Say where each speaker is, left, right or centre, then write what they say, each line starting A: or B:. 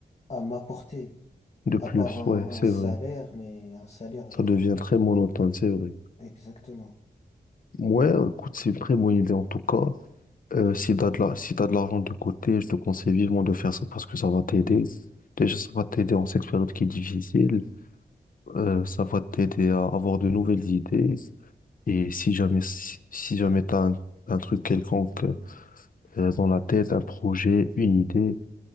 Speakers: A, on the left; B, on the left.
A: à m'apporter,
B: De
A: à
B: plus,
A: part un,
B: ouais, c'est
A: un salaire,
B: vrai.
A: mais un salaire,
B: Ça
A: genre,
B: devient très monotone, c'est vrai.
A: euh, exactement.
B: Ouais, écoute, c'est une très bonne idée en tout cas. Euh, si t'as de la- si t'as de l'argent de côté, je te conseille vivement de faire ça parce que ça va t'aider. Déjà, ça va t'aider en cette période qui est difficile. Euh, ça va t'aider à avoir de nouvelles idées. Et si jamais, si, si jamais t'as un, un truc quelconque euh, dans la tête, un projet, une idée,